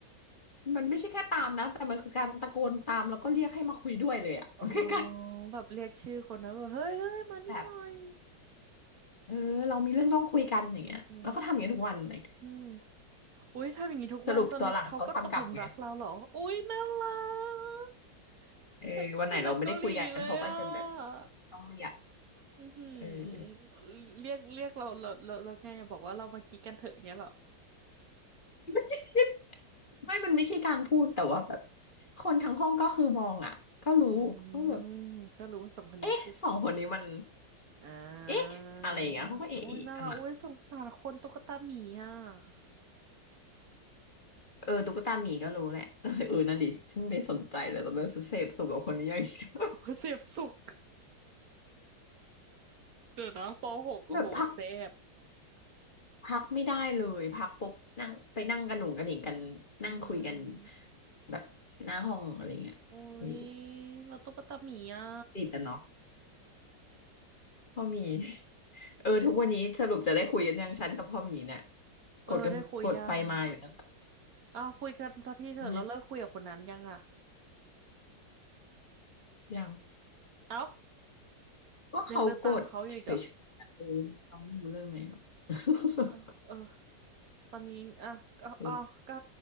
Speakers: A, on the left; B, on the right.
A: มันไม่ใช่แค่ตามนะแต่มันคือการตะโกนตามแล้วก็เรียกให้มาคุยด้วยเลยอ่ะ <laughs>
B: อ๋อ
A: มันคือการ
B: แบบเรียกชื่อคนนั้นแบบเฮ้ยเฮ้ยมานี่หน่อย
A: แบบเออเรามีเรื่องต้องคุยกันอย่างเงี้ยแล้วก็ทำอย่างเงี้ยทุกวันเลย
B: อืมอุ้ยทำอย่างนี้ทุกวันจนเขาก็ตกหลุมรักเราเหรออุ้ยน่ารั
A: สรุปตอนหลังเขาทำกลับไง
B: ก
A: เออวันไหนเราไม่ได้คุยกันเขาก็จะแบบ
B: มันมันหนังเกาหลีเลยอ่ะ
A: ต้องเรียก
B: อือหื
A: เออ
B: อเรียกเรียกเราเราเราเราไงอะบอกว่าเรามากิ๊กกันเถอะอย่างเงี้ยเหรอ
A: <laughs> ไม่มันไม่ใช่การพูดแต่ว่าแบบคนทั้งห้องก็คือมองอ่ะก็รู้ว่าแบบ
B: อืมก็รู้ว่าสองคนนี้กุ๊ก
A: เอ๊ะสองคนนี้มัน
B: อ่า
A: เอ๊ะอะไรอย่างเงี้ยเขาก็เอ๊ะอีกอันอ่ะ
B: โอ้ยน่ารักโอ้ยสงสารคนตุ๊กตาหมีอ่ะ <laughs>
A: เออตุ๊กตาหมีก็รู้แหละ <laughs> แต่อื่นนั่นดิฉันไม่สนใจเลยตอนนั้นฉันเสพสุขกับคนนี้อย่างเดียว
B: โอ้ยเสพสุขเดี๋ยวนะปหกโอ้โหเสพ
A: <laughs> แบบพักพักไม่ได้เลยพักปุ๊บนั่งไปนั่งกันหนุ่งกันหนิงกันนั่งคุยกัน
B: อ่า
A: แบบหน้าห้องอะไรเงี้ยเออ
B: โอ้ยแล้วตุ๊กตาหมีอ่ะ
A: ติดอ่ะเนาะพ่อหมี <laughs> เออทุกวันนี้สรุปจะได้คุยกันยังฉันกับพ่อหมีเนี่ย
B: เออได้คุยยัง
A: กดกันกดไปมาอยู่นะ
B: อ้าวคุยกันสักทีเถอะแล้วเลิกคุยกับคนนั้นยังอ่ะ
A: ไม่ยัง
B: เอ้า
A: ก็เขากดเฉยๆอะเออน้องรู้เรื่องไหม
B: ยังเดินตามเขาอยู่อีกเหรอ
A: <laughs>
B: เอ้าเออ ตอนนี้อ่ะเอาเอาวก็
A: ตลก <laughs>